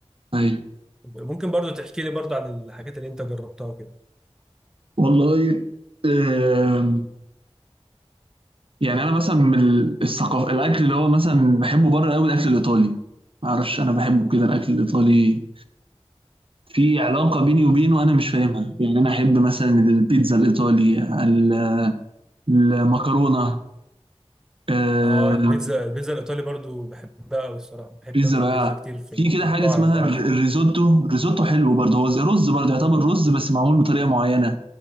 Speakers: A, on the right (about 55°); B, in the centre.
A: ايوه
B: ممكن برضو تحكي لي برضو عن الحاجات اللي انت جربتها كده
A: والله آه. يعني انا مثلا من الثقافه الاكل اللي هو مثلا بحبه بره قوي الاكل الايطالي ما اعرفش انا بحبه كده الاكل الايطالي في علاقه بيني وبينه انا مش فاهمها يعني انا احب مثلا البيتزا الايطالي ال- المكرونه آه،
B: اه البيتزا البيتزا الايطالي برضو بحبها قوي الصراحه بحب
A: بيتزا
B: اكل
A: رقاق
B: بيتزا كتير في
A: في
B: المطاعم
A: كده حاجه اسمها
B: بقى
A: الر-
B: وكده
A: الريزوتو الريزوتو حلو برضه هو زي رز برضه يعتبر رز بس معمول بطريقه معينه